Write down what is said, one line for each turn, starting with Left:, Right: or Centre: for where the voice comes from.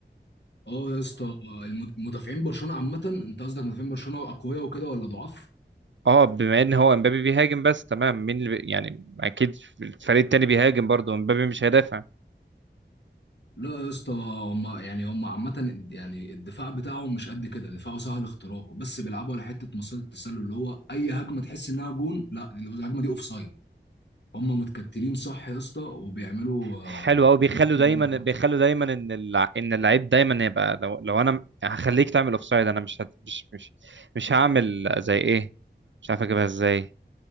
Left: اه يا اسطى آه، المد- مدافعين برشلونه عامه انت قصدك مدافعين برشلونه اقوياء وكده ولا ضعاف
Right: اه بما ان هو امبابي بيهاجم بس تمام مين اللي بي- يعني اكيد الفريق التاني بيهاجم برضه امبابي مش هيدافع
Left: لا يا اسطى هم يعني هم عامة يعني الدفاع بتاعهم مش قد كده دفاعه سهل اختراقه بس بيلعبوا على حتة مصيدة التسلل اللي هو أي هجمة تحس إنها جون لا الهجمة دي أوف سايد هم متكتلين صح يا اسطى وبيعملوا آه،
Right: حلو قوي بيخلوا
Left: التسلل
Right: دايما
Left: صح
Right: بيخلوا دايما ان الع... ان اللعيب دايما يبقى لو لو انا هخليك تعمل اوفسايد انا مش هت... مش مش مش هعمل زي ايه مش عارف اجيبها ازاي